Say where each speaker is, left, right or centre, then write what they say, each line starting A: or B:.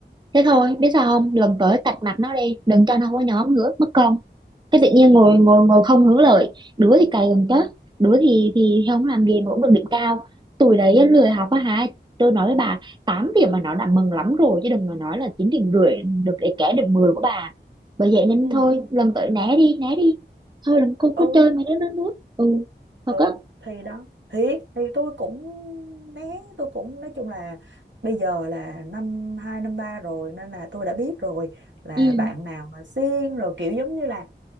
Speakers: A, on the right; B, on the right.
A: thế thôi biết sao không lần tới cạch mặt nó đi đừng cho nó có nhóm nữa mất công cái tự nhiên ngồi
B: Ừ.
A: ngồi ngồi không hướng lợi đứa thì cày gần chết đứa thì thì không làm gì mà cũng được điểm cao tụi đấy á, lười học á hả tôi nói với bà 8 điểm mà nó đã mừng lắm rồi chứ đừng mà nói là 9 điểm rưỡi được để kẻ được 10 của bà bởi vậy nên
B: ừ
A: thôi lần tới né đi né đi thôi đừng có
B: ừ
A: có chơi mấy đứa nữa nữa ừ
B: ừ
A: thật á
B: thì đó thiệt thì tôi cũng né tôi cũng nói chung là bây giờ là năm hai năm ba rồi nên là tôi đã biết rồi là
A: ừ
B: bạn nào mà siêng rồi kiểu giống như là